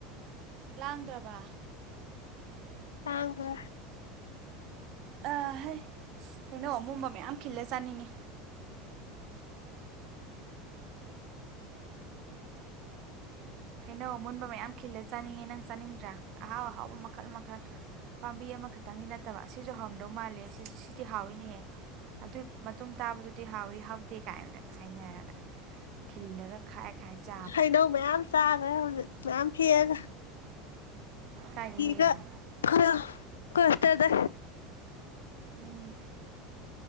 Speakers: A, on the right; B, on the left.
A: ꯂꯥꯡꯗ꯭ꯔꯕ
B: ꯇꯥꯡꯦ
A: ꯑꯍ ꯀꯩꯅꯣ ꯑꯃꯣꯕ ꯃꯌꯥꯝ ꯈꯤꯜꯂ ꯆꯥꯅꯤꯡꯉꯤ ꯍꯩꯅꯧ ꯑꯃꯨꯟꯕ ꯃꯌꯥꯝ ꯈꯤꯜꯂ ꯆꯥꯅꯤꯡꯉꯦ ꯅꯪ ꯆꯥꯅꯤꯡꯗ꯭ꯔꯥ ꯑꯍꯥꯎ ꯑꯍꯥꯎꯕ ꯃꯈꯜ ꯃꯈꯜ ꯄꯥꯝꯕꯤ ꯑꯃꯈꯛꯇꯪꯒꯤ ꯅꯠꯇꯕ ꯑꯁꯤꯁꯨ ꯍꯥꯎꯔꯝꯗꯧ ꯃꯥꯜꯂꯦꯁꯨ ꯁꯤꯗꯤ ꯍꯥꯎꯏꯤꯅꯦꯍꯦ ꯑꯗꯨꯏ ꯃꯇꯨꯡ ꯇꯥꯕꯗꯨꯗꯤ ꯍꯥꯎꯋꯤ ꯍꯥꯎꯇꯦ ꯀꯥꯏꯅꯒ ꯍꯥꯏꯅꯔꯒ ꯈꯤꯜꯂꯒ ꯈꯥꯏ ꯈꯥꯏ ꯆꯥꯕ
B: ꯍꯩꯗꯧꯕ ꯆꯥꯒꯦ ꯍꯧꯖꯤꯛ ꯌꯥꯝꯝ ꯀꯔꯒ
A: ꯀꯥꯏꯗ ꯍꯦꯛꯏꯅꯣ
B: ꯒ ꯈꯔ ꯀ ꯠꯇꯗ
A: ꯎꯝ